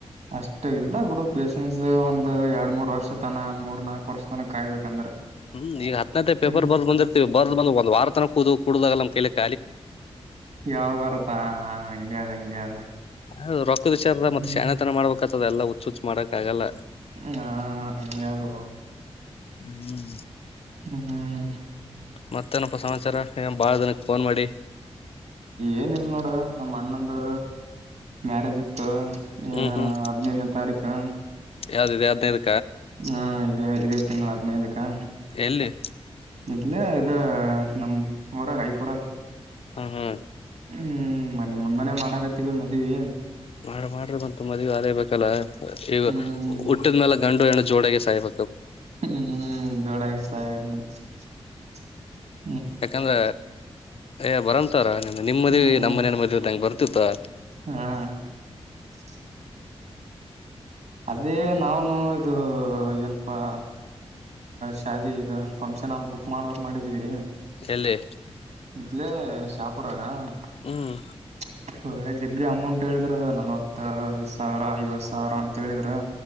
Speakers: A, on the right; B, on the left.
A: ಅಷ್ಟ ಇಲ್ಲ ಬಿುಡು ಪೇೇಶನ್ಸ್ ಒಂದ್ ಎರಡ್ ಮೂರ್ ವರ್ಷ ತನ ಮೂರ್ ನಾಕು ವರ್ಷ ತನ ಕಾಯ್ಬೇಕಂದ್ರ.
B: ಹ್ಮ್ ಈ ಹತ್ತನತ್ತ ಪೇಪರ್
A: ಹ್ಮ್
B: ಬರ್ ಬಂದಿರ್ತಿವಿ ಬದ ಬಂದಂದು ವಾರ ತನಕ ಕೂ ಕ ಕುಡುದಾಗಲ್ಲ ನ್ ಕೈಲಿಕ್ಕೆ.
A: ಯಾವಾಗ ಬರ್ತಾ ಹಂಗೆ ಅದ ಹಂಗಗೆ ಅದ.
B: ಹೌ ರ.
A: ಹ್ಮ್
B: ಮತ್ತ ಶಾನ ತನ ಮಾಡಬೇಕು. ಆಗ್ತದೆಲ್ಲ ಹುಚ್ ಮಾಡಕಕ್ಕಗಲ್ಲ.
A: ಹಾ ಯಾರು.
B: ಹ್ಮ್.
A: ಹ್ಮ ಹ್ಮ.
B: ಮತ್ತೆನಪ್ಪ ಸಮಾಚಾರಏನ್ ಬಾಳ ದಿನ. ಫೋನ್ ಮಾಡಿ.
A: ಏನಲ್ ನೋಡುವ ನಮ್ಮ ಅಣ್ಣಂದು ಮ್ಯಾರೇಜ್ ಇತ್ತು. ಹ
B: ಹ್ಮ್ ಹ್ಮ್
A: ಹದ್ನೈದನೇ ತಾರೀಕು.
B: ಯಾವ್ದ ಯ್ದನ.
A: ಹಾ. ಇ ತಿಂ ಹದಿನೈದುಕ್ಕಾ.
B: ಎಲ್ಲಿ.
A: ಇಡ್ಲ ಇ ನಮ್ ಹೊಊರ ಐಕರ.
B: ಹ್ಮ ಹ್ಮ.
A: ಹ್ಮ್ ಮನೆಿ ಮುಂದಾನನೆ ಮಾಡಕತ್ತೀವಿ ಮದ್ವಿ.
B: ಮಾಡಿ ಮಾಡ್ರಿ ಬಂತು ಮದುವೆ ಆಗಲೇ ಬೇಕಲ್ಲ ಈಗ
A: ಹ್ಮ್
B: ಹುಟ್ಟಿದ್ಮೇಲೆ ಗಂಡು ಹೆಣ ಜೋಡೆಗೆ ಸಾಹೇಬ
A: ಹ್ಮ್ ಹ್ಮ್ ಜೋಡಾಗಿ ಸಾವೆ <unintelligible>
B: ಯಾಕಂದ್ರ ಏ ಬರಂತಾರ ನಿಮ ಮದ್ವಿ
A: ಹ್ಮ್
B: ನಮ್ಮ ಮನೇನ್ ಮದ್ವಿ ತಂಗ ಬರ್ತಿತ್ತು
A: ಹಾ <unintelligible> ಅದೇ ನಾವ್ನು ಇದು ಏನಪಾ ಶಾದಿ ಇದು ಫಂಕ್ಷನ್ ಅಲ್ಲಿ ಬುಕ್ ಮಾಡ್ಬೇಕಕ್ ಮಾಡಿದ್ವಿ
B: ಎಲ್ಲಿ
A: <unintelligible> ಇಲ ಸಾಪಿಾಗ <unintelligible> <unintelligible>
B: ಹ್ಮ್
A: ಹವಿ ಅಮೌಂ ಹೇಳಿದ್ರ ನಲವತ್ತ ಸಾವಿರ ಐವತ್ತು ಸಾವಿರ ಹೇಳಿದರಾ